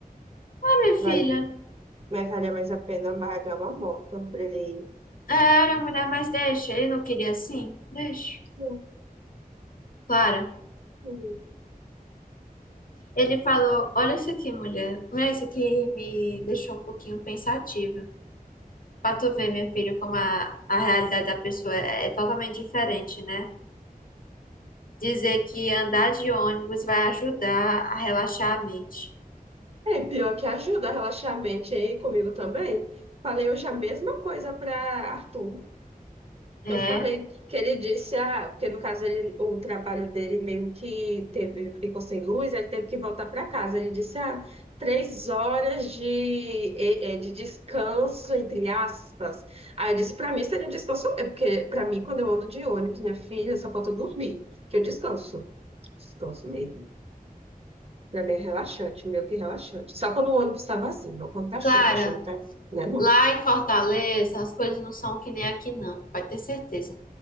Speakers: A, on the left; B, on the right.
A: Ah, minha filha,
B: Vale Mas valia mais a pena amargar uma moto pra ele.
A: é, era mulher, mas deixa. Ele não queria assim? Deixa.
B: Hum,
A: Clara.
B: hum.
A: Ele falou: Olha isso aqui, mulher. Mulher, isso aqui me deixou um pouquinho pensativa. Pra tu ver, minha filha, como a, a realidade da pessoa é, é totalmente diferente, né? Dizer que andar de ônibus vai ajudar a relaxar a mente.
B: É, pior que ajuda a relaxar a mente, hein? Comigo também. Falei hoje a mesma coisa para Arthur.
A: É.
B: Eu falei que ele disse, ah, porque no caso ele, o trabalho dele meio que teve, ficou sem luz, ele teve que voltar para casa. Ele disse, ah, três horas de, eh, eh, de descanso, entre aspas. Aí eu disse, para mim seria um descanso, é porque para mim, quando eu ando de ônibus, minha filha, só falta dormir, que eu descanso. Gosto mesmo. Pra mim é relaxante, meio que relaxante. Só quando o ônibus tá vazio, não quando tá
A: Clara,
B: cheio. Tô achando que tá. Né, não.
A: lá em Fortaleza, as coisas não são que nem aqui, não. Pode ter certeza.